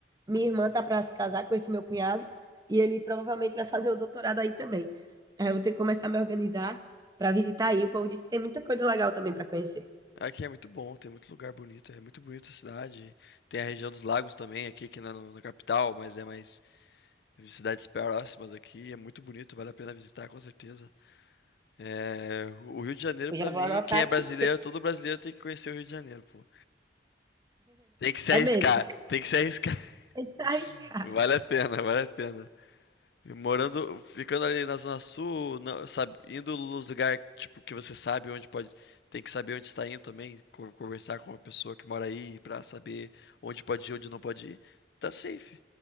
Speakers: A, on the right; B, on the left.
A: Minha irmã tá pra se casar com esse meu cunhado e ele provavelmente vai fazer o doutorado aí também. Aí eu vou ter que começar a me organizar pra visitar aí. O povo disse que tem muita coisa legal também pra conhecer.
B: Aqui é muito bom, tem muito lugar bonito, é muito bonita a cidade. Tem a região dos lagos também, aqui que não é na capital, mas é mais cidades próximas aqui, é muito bonito, vale a pena visitar com certeza. É, o Rio de Janeiro
A: Eu
B: pra
A: já vou
B: mim,
A: anotar
B: quem é
A: aqui.
B: brasileiro, todo brasileiro tem que conhecer o Rio de Janeiro, pô. Tem que se
A: É
B: arriscar,
A: mesmo,
B: tem que se arriscar.
A: <laughs> tem que se arriscar.
B: <laughs> Vale a pena, vale a pena. E Morando, ficando ali na Zona Sul, na- sabe, indo nos lugares tipo, que você sabe onde pode. Tem que saber onde está indo também, co- conversar com a pessoa que mora aí pra saber onde pode ir, onde não pode ir. Tá safe.